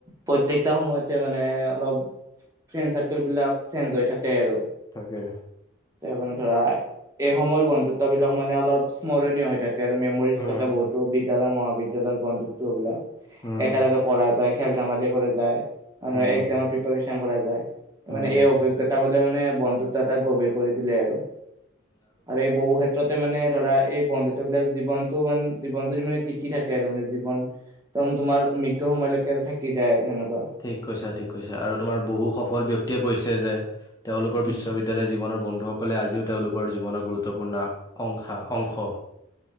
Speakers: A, on the right; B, on the left.
A: প্ৰত্যেকটা সময়ত। তাতে মানে অলপ ফ্ৰেণ্ড চাৰ্কেল বিলাক চেঞ্জ হৈ থাকে আৰু।
B: তাকে।
A: তে মানে ধৰা এই সময়ৰ বন্ধুত্ব বিলাক মানে অলপ স্মৰণীয় হৈ থাকে। আৰু মেমৰিজ
B: উম,
A: থাকে বহুতো বিদয়ালয় মহাবিদ্যালয়ৰ বন্ধুত্ব এইবিলাক
B: উম,
A: একেলগে পঢ়া যায়। খেল ধেমালি কৰা যায় ম
B: উম,
A: একজামৰ প্ৰিপাৰেচন কৰা যায়
B: উম,
A: মানে এই অভিজ্ঞতা। মানে বন্ধুত্ব এটা গভীৰ কৰি তোলে আৰু আৰু এই বহু ক্ষেত্ৰতে মানে ধৰা এই। বন্ধুত্ব বিলাক জীৱনতটো মান জীৱন জুৰি মানে টিকি থাকে আৰু মানে জীৱন। টো তোমাৰ মৃত্যুৰ সময়লৈকে থাকি। যায় আৰু সেনেকুৱা
B: ঠিক কৈছা ঠিক কৈছা আৰু তোমাৰ বহু সফল ব্যক্তিয়ে কৈছে যে। তেওঁলোকৰ
A: উম
B: বিশ্ববিদ্যালয় জীৱনৰ বন্ধুসকলে আজিও। তেওঁলোকৰ জীৱনৰ গুৰুত্বপূৰ্ণ অংশা, অংশ।